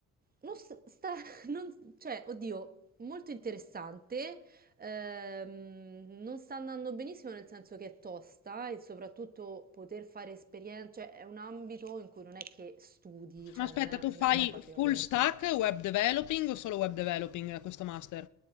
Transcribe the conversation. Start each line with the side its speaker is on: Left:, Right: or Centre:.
Right: Non s- sta, <laughs> non- cioè, oddio, molto interessante, Ehm, non sta andando benissimo nel senso che è tosta e soprattutto poter fare esperienze, cioè è un ambito in cui non è che studi, cioè
Left: Ma aspetta,
Right: non è,
Left: tu
Right: non
Left: fai
Right: è roba teorica.
Left: full stack web developing o solo web developing a questo master?